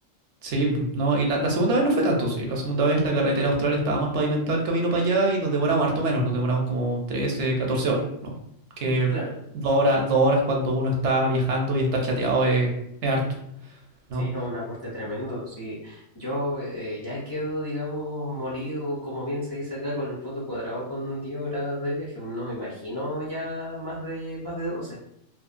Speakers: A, on the right; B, on the left.
A: Sí, pu- no, y la, la segunda vez no fue tanto, sí. La segunda vez la carretera austral estaba más pavimentada el camino para allá y nos demoramos harto menos, nos demoramos como 13 14 horas, ¿no? Que
B: Mm, Claro,
A: dos horas, dos horas cuando uno está viajando y está chateado es, es harto, ¿no?
B: Sí, no, un aporte tremendo. Sí, yo eh, ya quedo, digamos, molido, como bien se dice acá, con el poto cuadrado con 10 horas de viaje. No me imagino ya más de, más de doce